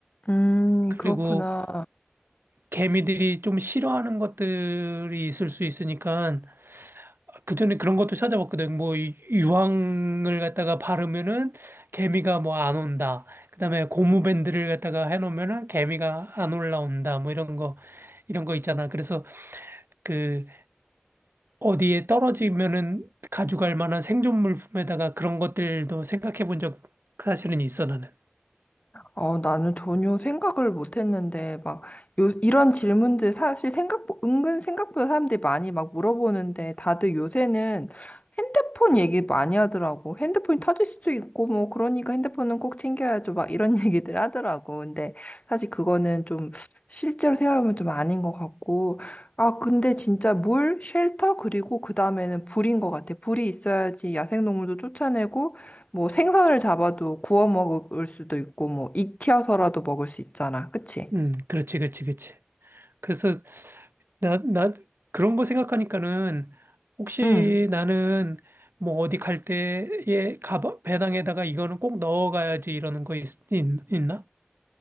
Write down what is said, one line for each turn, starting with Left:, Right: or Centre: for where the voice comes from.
Left: 음,
Right: 그리고
Left: 그렇구나.
Right: 개미들이 좀 싫어하는 것들이 있을 수 있으니까 그전에 그런 것도 찾아봤거든. 뭐 이- 유황을 갖다가 바르면은 개미가 뭐 안 온다. 그다음에 고무밴드를 갖다가 해놓으면은 개미가 안 올라온다. 뭐 이런 거 이런 거 있잖아. 그래서 그 어디에 떨어지면은 가져갈 만한 생존 물품에다가 그런 것들도 생각해 본 적 사실은 있어 나는.
Left: 어, 나는 전혀 생각을 못 했는데, 막, 요, 이런 질문들 사실 생각, 은근 생각보다 사람들이 많이 막 물어보는데, 다들 요새는 핸드폰 얘기 많이 하더라고. 핸드폰이 터질 수도 있고, 뭐, 그러니까 핸드폰은 꼭 챙겨야죠. 막 이런 <laughs> 얘기들 하더라고. 근데 사실 그거는 좀 실제로 생각하면 좀 아닌 것 같고, 아, 근데 진짜 물, 쉘터, 그리고 그 다음에는 불인 것 같아. 불이 있어야지 야생동물도 쫓아내고, 뭐 생선을 잡아도 구워 먹을 수도 있고 뭐 익혀서라도 먹을 수 있잖아. 그치?
Right: 음, 그렇지, 그렇지, 그렇지. 그래서 나, 나 그런 거 생각하니까는 혹시
Left: 응.
Right: 나는 뭐 어디 갈 때에 가방 배낭에다가 이거는 꼭 넣어가야지 이러는 거 있, 있, 나